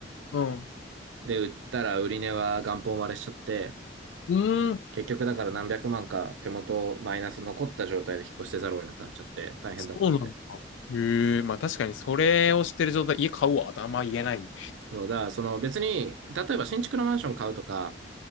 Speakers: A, on the left (about 85°); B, on the right (about 85°).
A: うん。
B: で、売ったら売り値は元本割れしちゃって、
A: うーん、
B: 結局だから何百万か手元マイナス残った状態で引っ越してざるを得なくなっちゃって大変だったって。
A: そうなんだ。へえ、まあ確かにそれを知ってる状態、家買うわってあんま言えない。うん。
B: そうだ、その別に、例えば新築のマンション買うとか、